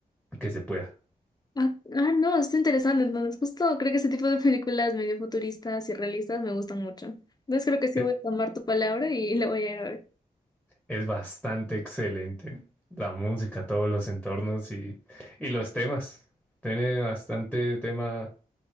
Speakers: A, in the centre; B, on the left.
A: que se pueda.
B: Ah, ah, no, está interesante. Entonces, justo creo que ese tipo de películas medio futuristas y realistas me gustan mucho. Entonces, creo que sí
A: E-
B: voy a tomar tu palabra y la voy a ir a ver.
A: Es bastante excelente. La música, todos los entornos y, y los temas. Tiene bastante tema,